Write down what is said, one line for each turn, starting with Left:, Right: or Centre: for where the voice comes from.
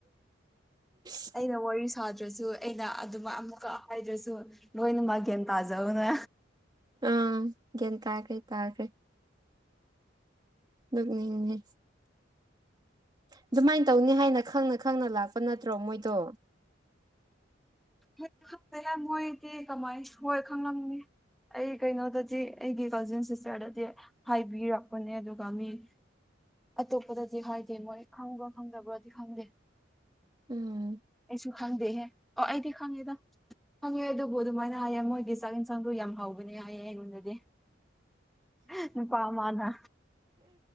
Right: <unintelligible>
Centre: ꯑꯩꯅ ꯋꯥꯔꯤ ꯁꯥꯗ꯭ꯔꯁꯨ ꯑꯩꯅ ꯑꯗꯨꯝ ꯃꯥ ꯑꯃꯨꯛꯀ ꯍꯥꯏꯗ꯭ꯔꯁꯨ ꯂꯣꯏꯅꯃꯛ ꯒ꯭ꯌꯥꯟ ꯇꯥꯖꯧꯅ
Right: ꯑꯥ ꯒ꯭ꯌꯥꯟ ꯇꯥꯈ꯭ꯔꯦ ꯇꯥꯈ꯭ꯔꯦ ꯅꯣꯛꯅꯤꯡꯉꯦ ꯑꯗꯨꯃꯥꯏ ꯇꯧꯅꯤ ꯍꯥꯏꯅ ꯈꯪꯉ ꯈꯪꯅ ꯂꯥꯛꯄ ꯅꯠꯇ꯭ꯔꯣ ꯃꯣꯏꯗꯣ
Centre: ꯍꯣꯏ ꯈꯪꯗꯦꯍꯦ ꯃꯣꯏꯗꯤ ꯀꯃꯥꯏ ꯁꯣꯏ ꯈꯪꯂꯝꯅꯤ ꯑꯩ ꯀꯩꯅꯣꯗꯗꯤ ꯑꯩꯒꯤ ꯀꯖꯤꯟ ꯁꯤꯁꯇꯔꯗꯗꯤ ꯍꯥꯏꯕꯤꯔꯛꯄꯅꯦ ꯑꯗꯨꯒ ꯃꯤ ꯑꯇꯣꯞꯄꯗꯗꯤ ꯍꯥꯏꯗꯦ ꯃꯣꯏ ꯈꯪꯕ꯭ꯔꯥ ꯈꯪꯗꯕ꯭ꯔꯗꯤ ꯈꯪꯗꯦ
Right: ꯎꯝ
Centre: ꯑꯩꯁꯨ ꯈꯪꯗꯦꯍꯦ ꯑꯣ ꯑꯩꯗꯤ ꯈꯥꯡꯉꯦꯗ ꯈꯪꯉꯦ ꯑꯗꯨꯕꯨ ꯑꯗꯨꯃꯥꯏꯅ ꯍꯥꯏꯌꯦ ꯃꯣꯏꯒꯤ ꯆꯥꯛ ꯑꯦꯟꯁꯥꯡꯗꯣ ꯌꯥꯝ ꯍꯥꯎꯕꯅꯦ ꯍꯥꯏꯌꯦ ꯑꯩꯉꯣꯟꯗꯗꯤ <unintelligible> ꯅꯨꯄꯥ ꯑꯃꯥꯅ